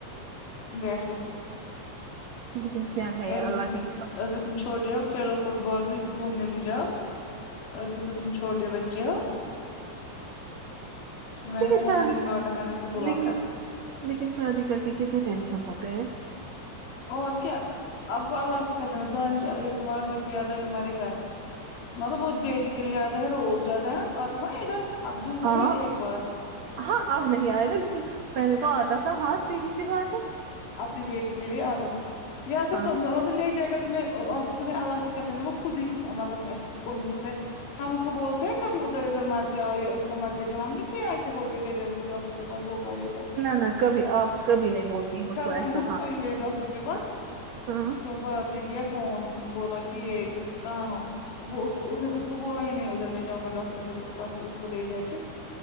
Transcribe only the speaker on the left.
تم بیٹھو
ابھی
تم
ابھی تم چھوٹے ہو کھیلو فٹ بال بھی گھومنے بھی جاؤ ابھی تو تم چھوٹے بچ چے ہو پھر میں
نے فون
ہی کاٹا میں نے اس کو بلاک
کر دیا
اور کیا آپ کو اللہ کی قسم ہے دانش یہ تمہارا پتی آتا ہے تمہارے گھر مطلب وہ بیٹی کے لیے آتا ہے روز جاتا ہے آتا تھا نا ادھر اب دور
ہے ایک بات
اپنی بیٹی کے لیے آتا تھا یا پھر
تم مطلب لے جائے گا تمہیں اب تمہیں اللہ کی قسم وہ خود ہی مطلب کنجوس ہے ہم اس کو بولتے ہیں کبھی ادھر ادھر مت جاؤ یا اس کو مت لے جا ہم اس کو یہاں سے بولتے لے جا ڈاکٹر کے پس وہ کا ایک
گئے
تھے نا ہم
یہ ڈاکٹر کے پاس
اس کو باپ نے کیا فون بولا کہ یہ کہاں ہو وہ اس کو اس نے اس کو بولا ہی نہیں ادھر میں جاؤں گا ڈاکٹر کی بس اس کو لے جا کے